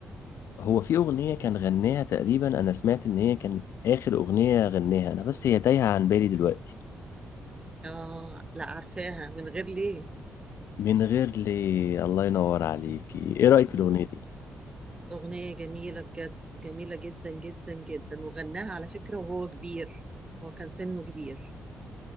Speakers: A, on the left; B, on the right.
A: هو في اغنية كان غناها تقريبا انا سمعت ان هي كانت اخر اغنية غناها انا بس هي تايهة عن بالي دلوقتي
B: اه لا عارفاها من غير ليه
A: من غير لي الله ينور عليكي ايه رأيك
B: مم.
A: في الاغنية دي
B: اغنيه جميله بجد جميله جدا جدا جدا وغناها على فكره وهو كبير هو كان سنه كبير